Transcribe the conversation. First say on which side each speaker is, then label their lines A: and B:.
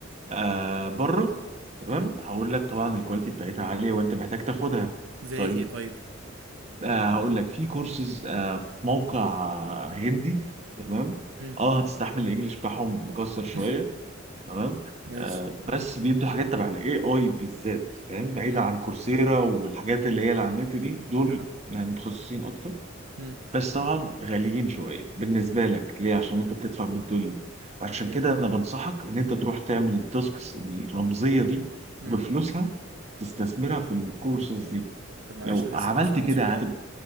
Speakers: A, on the right (about 35°); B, on the right (about 75°).
A: آه بره تمام
B: امم
A: هقول لك طبعا الكواليتي بتاعتها عاليه وانت محتاج تاخدها
B: زي
A: طيب
B: ايه طيب
A: آه هقول لك في كورسز آه في موقع آه، هندي تمام
B: امم
A: اه هتستحمل الانجليش بتاعهم مكسر شويه
B: <laughs>
A: تمام
B: ماشي
A: آه بس بيدوا حاجات تبع الاي اي بالذات فاهم بعيدا
B: امم
A: عن كورسيرا والحاجات اللي هي اللي على النت دي دول
B: ها
A: يعني متخصصين اكتر
B: امم
A: بس طبعا غاليين شويه بالنسبه لك ليه عشان انت
B: تمام
A: بتدفع بالدولار عشان
B: اوكي
A: كده انا بنصحك ان انت تروح تعمل التاسكس الرمزيه دي
B: مم.
A: بفلوسها تستثمرها في الكورسز دي
B: طب معلش
A: لو
B: انا عايز
A: عملت
B: اسالك على
A: كده
B: سؤال
A: هتبقى